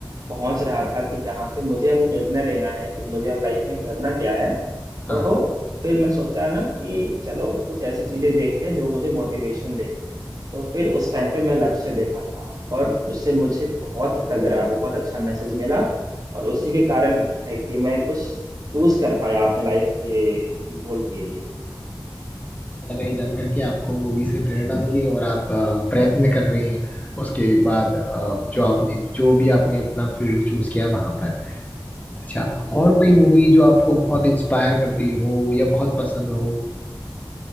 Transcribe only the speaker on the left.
हाँ।
अच्छा लगा ये जानकर कि आपको मूवी से प्रेरणा मिली और आप अ, प्रयत्न कर रहे हैं उसके बाद अ, जो
आपने जो भी आपने अपना फील्ड चूज किया वहां पर अच्छा
और कोई मूवी जो आपको बहुत इंस्पायर करती हो या बहुत पसंद हो